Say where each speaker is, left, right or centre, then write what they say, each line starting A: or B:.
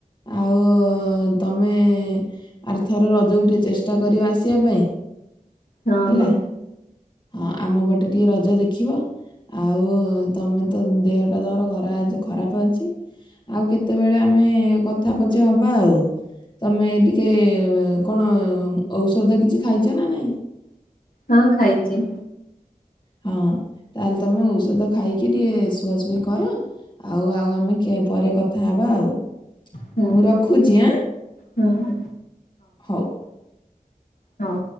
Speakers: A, on the left (about 30°); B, on the left (about 80°).
A: ଆଉ ଅ ତମେ ଆରର୍ଥର ରଜକୁ ଟିକେ ଚେଷ୍ଟା କରିବ ଆସିବା ପାଇଁ।
B: ହଁ
A: ହେଲା
B: ହଁ।
A: ହଁ ଆମ ପଟେ ଟିକେ ରଜ ଦେଖିବ। ଆଉ ତମେ ତ ଦେହ ଟା ତମର ଖରା ଆଜି ଖରାପ। ଅଛି ଆଉ କେତେବେଳେ ଆମେ କଥା ପଛ ହବା ଆଉ। ତମେ ଟିକେ କଣ ଔଷଧ କିଛି ଖାଇଛ ନା ନାଇଁ?
B: ହଁ ଖାଇଚି।
A: ହଁ ତାହେଲେ ତମେ ଔଷଧ ଖାଇକି ଟିକେ ଶୁଆସୁଇ କର ଆଉ, ଆଉ ଆମେ ପରେ କଥା ହେବା ଆଉ।
B: ହଁ
A: ମୁଁ ରଖୁଛି ଆଁ
B: ହଁ ହଁ
A: ହଉ।
B: ହଉ।